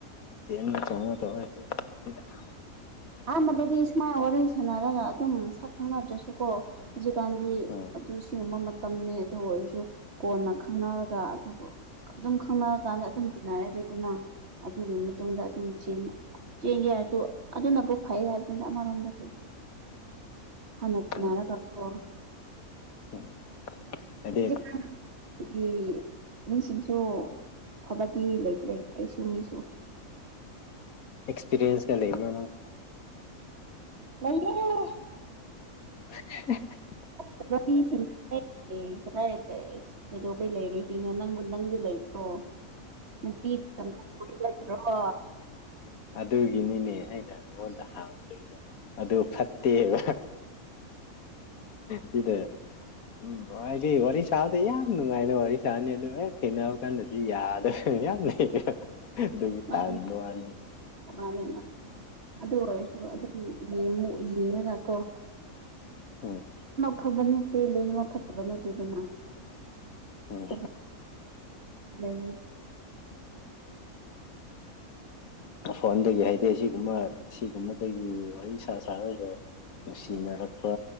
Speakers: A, on the left; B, on the right.
A: <unintelligible>
B: ꯑꯍꯥꯟꯕꯗꯗꯤ ꯁꯨꯃꯥꯏ ꯋꯥꯔꯤ ꯁꯥꯟꯅꯔꯒ ꯑꯗꯨꯝ ꯁꯛ ꯈꯪꯅꯗ꯭ꯔꯁꯨꯀꯣ ꯍꯧꯖꯤꯛꯀꯥꯟꯗꯤ
A: ꯎꯝ
B: ꯑꯗꯨ ꯁꯤꯒꯨꯝꯕ ꯇꯝꯅꯦ ꯑꯗꯨꯕꯨ ꯑꯣꯏꯔꯁꯨ ꯀꯣꯟꯅ ꯈꯪꯅꯔꯒ ꯑꯗꯨꯕꯨ ꯑꯗꯨꯝ ꯈꯪꯅꯔꯀꯥꯟꯗ ꯑꯗꯨꯝ ꯇꯤꯟꯅꯔꯔꯦꯗꯅ ꯑꯗꯨꯒꯤ ꯃꯇꯨꯡꯗ ꯑꯗꯨꯝ ꯆꯦꯟ ꯆꯦꯡꯒꯦ ꯍꯥꯏꯔꯁꯨ ꯑꯗꯨꯅꯕꯨꯧ ꯐꯩ ꯍꯥꯏꯕꯗꯨꯅ ꯑꯃꯔꯣꯝꯗꯗꯤ ꯍꯥꯟꯅ ꯇꯤꯟꯅꯔꯒꯣ
A: ꯈꯪꯗꯦ ꯎꯝ ꯍꯥꯏꯗꯤ
B: <unintelligible> ꯑꯩꯈꯒꯤ ꯃꯤꯁꯤꯡꯁꯨ ꯐꯕꯗꯤ ꯂꯩꯇ꯭ꯔꯦ ꯑꯩꯁꯨ ꯃꯤꯁꯨ
A: ꯑꯦꯛꯁꯄꯤꯔꯤꯟꯁꯒ ꯂꯩꯕꯤꯅ
B: <unintelligible>
A: <unintelligible>
B: <unintelligible> ꯑꯦ ꯀꯗꯥꯏꯗ ꯑꯁ ꯩ ꯀꯩꯗꯧꯕꯩ ꯂꯩꯔꯣꯏꯗꯣꯏꯅꯣ ꯅꯪꯕꯨ ꯅꯪꯒꯤ ꯂꯩꯇ꯭ꯔꯣ ꯅꯨꯄꯤ <unintelligible>
A: ꯑꯗꯨꯒꯤꯅꯤꯅꯦ ꯑꯩꯅ ꯅꯉꯣꯟꯗ ꯍꯥꯡꯗꯣꯏ ꯑꯗꯨ ꯐꯠꯇꯦꯕ ꯁꯤꯗ ꯎꯝ ꯍꯥꯏꯗꯤ ꯋꯥꯔꯤ ꯁꯥꯕꯗꯤ ꯌꯥꯝ ꯅꯨꯡꯉꯥꯏꯅ ꯋꯥꯔꯤ ꯁꯥꯅꯤ ꯑꯗꯨ ꯍꯦꯛ ꯊꯦꯡꯅꯕ ꯀꯥꯟꯗꯗꯤ ꯌꯥꯗ꯭ꯔꯦ ꯌꯥꯝ ꯂꯩ
B: ꯃꯥꯅꯦ
A: ꯇꯥꯟꯗ ꯑꯅꯤ
B: ꯃꯥꯅꯦ ꯃꯥꯅꯦ ꯑꯗꯨ ꯑꯣꯏꯔꯁꯨ ꯑꯗꯨꯝ ꯌꯦꯡ ꯌꯦꯡꯉꯒ ꯀꯣ
A: ꯎꯝ
B: ꯐꯕ ꯅꯠꯇꯦ ꯂꯣꯏꯅꯃꯛ ꯐꯠꯇꯕ ꯅꯠꯇꯦꯗꯅ
A: ꯎꯝ
B: ꯐꯕ ꯂꯩ
A: ꯐꯣꯟꯗꯒꯤ ꯍꯥꯏꯗꯤ ꯁꯤꯒꯨꯝꯕ ꯁꯤꯒꯨꯝꯕꯗꯒꯤ ꯋꯥꯔꯤ ꯁꯥ ꯁꯥꯔꯒ ꯅꯨꯡꯁꯤꯅꯔꯛꯄ